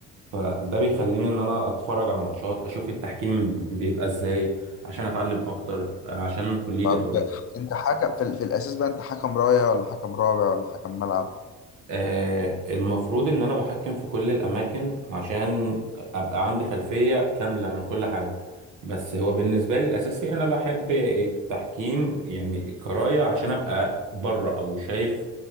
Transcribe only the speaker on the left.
طب
انت حكم في, ال- في الأساس بقى انت حكم راية ولا حكم رابع ولا حكم ملعب